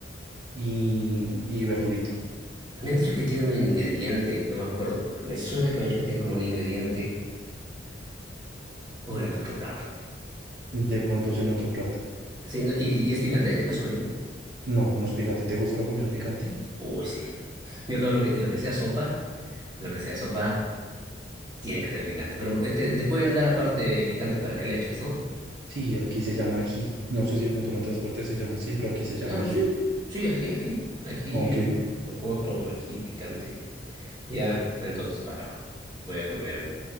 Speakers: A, on the right; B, on the right.
A: y, y verdurita.
B: Me han dicho que tiene un ingrediente, no me acuerdo. Me suena que me han dicho que tiene como un ingrediente o era de otro plato.
A: De pronto es en otro plato.
B: Sí, ¿no? ¿Y, y es picante de casualidad?
A: No, no es picante. ¿Te gusta la comida picante?
B: Uy, sí. Yo todo lo que, lo que sea sopa, lo que sea sopa, tiene que ser picante. Pero eh, te, te pueden dar aparte picante para que le eches, ¿no?
A: Sí, aquí se llama ají. No sé si de pronto en otras partes se llama así, pero aquí se llama
B: Claro,
A: ají.
B: sí. Sí, ají, ají. Ají,
A: Aunque
B: rocoto, ají picante. Ya, entonces, bárbaro. Voy a comer,